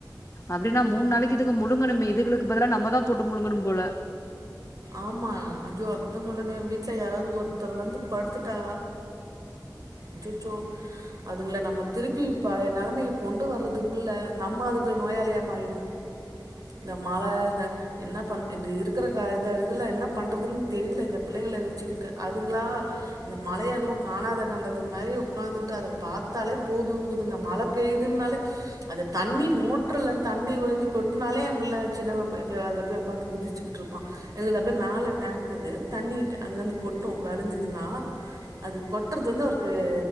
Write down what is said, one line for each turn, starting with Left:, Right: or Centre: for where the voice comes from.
Left: அப்டினா,
Right: ம்
Left: மூணு நாளைக்கு இதுக முழுங்கணுமே இதுகளுக்கு பதுலா நம்மதா போட்டு முழுங்கனும் போல
Right: ஆமா அச்சோ அதான் சொல்ரனே வீட்ல யாராவது ஒருத்தர் வந்து படுத்துட்டா, அச்சச்சோ அதுங்கல நம்ம திருப்பி பழைய நெலமைக்கு கொண்டு வர்றதுக்குள்ள நம்ம அதுக்குள்ள நோயாளியா மாறிடுவ இந்த மழ இந்த என்ன பண் இருக்கற க இந்த இதுல என்ன பண்றதுனு தெரில இந்த பிள்ளைங்கள வச்சுகிட்டு அதுங்களா அந்த மழய என்னமோ காணாத கண்டத மாரி உக்காந்துகிட்டு அத பாத்தாலே போதுங்குதுங்க மழ பெய்துனாலே அது தண்ணி மோட்டர்ல தண்ணி ஒழிஞ்சு கொட்னாலே எம் பிள்ள சின்னவ அப்டியே அதுல போய் உட்காந்து குதிச்சிகிட்ருப்பா எங்ளுது அப்டியே மேல டேங்க்குது தண்ணி அங்கந்து கொட்டும் வளிஞ்சிதுனா. அது கொட்றது வந்து அவருக் அது